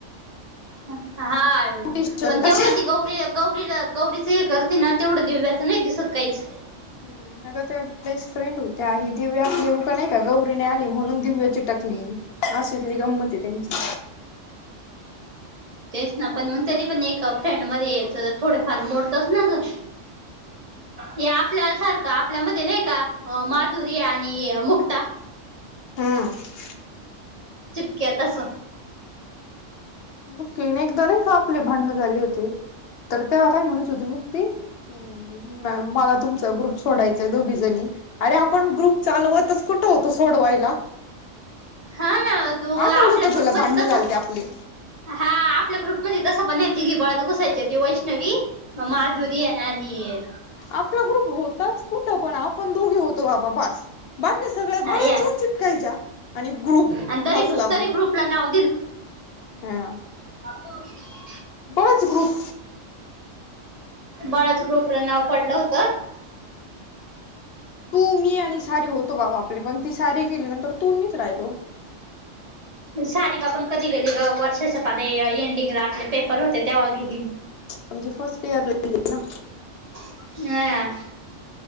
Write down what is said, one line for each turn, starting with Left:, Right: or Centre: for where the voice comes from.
Right: हा
Left: ब्युटिशन
Right: पण
Left: कशा
Right: तेवढं ती गौरी गौरीला गौरीचे एक हरती ना तेवढं दिव्याचं नाही दिसत काहीच
Left: हम्म. अग त्या बेस्ट फ्रेंड होत्या ह दिव्या आपले उगा नाही का गौरीने आली म्हणून दिव्या चिटकली. अशीली गंमती त्यांची
Right: तेच ना पण मग तरी पण एक फ्रेंड मध्येच थोडंफार मोडतस ना ग. हे आपल्या सारखं आपल्या मध्ये नाही का माधुरी आणि मुक्ता
Left: हम्म
Right: चिपक्या तसो.
Left: मगीने एकदार एक का आपले भांडण झाले होते तर तेव्हा काय म्हणत होती मग तेी की मला तुमचा ग्रुप सोडायचंय दोघी जणी अरे आपण ग्रुप चालवतच कुठं होतो सोडवायला
Right: हा ना तू
Left: आठवलं
Right: आपल्या
Left: का तुला
Right: ग्रुप म
Left: भांडणं
Right: तस.
Left: झालते आपले
Right: हा आपल्या ग्रुप मध्ये तसं पण य तिघी बाळाात घुसायची ती वैष्णवी माधुरी आणि
Left: आपला ग्रुप होताच. कुठं पण आपण दोघी होतो बाबा बास बाकी सगळे
Right: हा
Left: बळे
Right: या
Left: चून चिटकायच्या. आणि ग्रुप
Right: आणि तरी
Left: कसला
Right: तरी
Left: ग्रुप
Right: ग्रुपला नाव
Left: हा.
Right: माकूष
Left: बडंच ग्रुप.
Right: बळाच ग्रुपला नाव पडलं होतं.
Left: तू मी आणि सारीे होतो बाबा आपली पण ती सारी केली नंतर तू मीच राहिलो.
Right: सारीख आपण कधी गेली ग वर्षाच्या पाले एंडिंगला आपले पेपर होते त्या वागे.
Left: म्हणजे फर्स्ट इयर लली ना.
Right: हम.